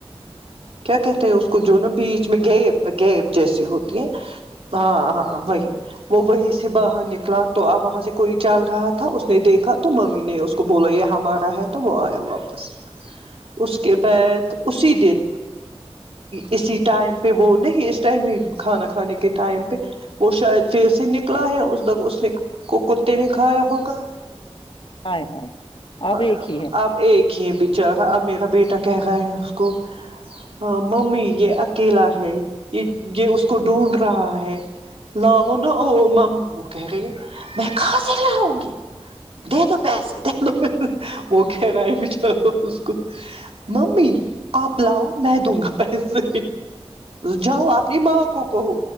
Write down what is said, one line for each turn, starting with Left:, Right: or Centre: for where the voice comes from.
Right: کیا کہتے ہیں اس کو جو نا بیچ میں گئے گیب جیسی ہوتی ہے ہاں ہاں وہی وہ وہی سے باہر نکلا تو اب وہاں سے کوئی چل رہا تھا اس نے دیکھا تو ممی نے اس اس کو بولو یہ ہمارا ہے تو وہ آیا واپس اس کے بعد اسی دن اسی ٹائم پہ وہ نہیں ہی ا اس ٹائم نہیں کھانا کھانے کے ٹائم پہ وہ شاید پھر سے نکلا ہے اس اس نے کو کتے نے کھایا ہوگا
Left: ہائے ہائے اب
Right: ہاں
Left: ایک ہی ہے
Right: آب ایک ہی بیچارا میرا بیٹا کہہ رہا ہے اس کو ہاں ممی یہ اکیلا ہے یہ یہ اس کو ڈھونڈ رہا ہے لاو او مم وہ کہہ گی میں کہاں سے لاؤں گی دے دو پیسے دے دو پیسے وہ کہ رہا ہے ب بیچارا اس کو ممی آپ لاؤ میں دوں گا پیسے جاؤ اپنی ماں کو کہو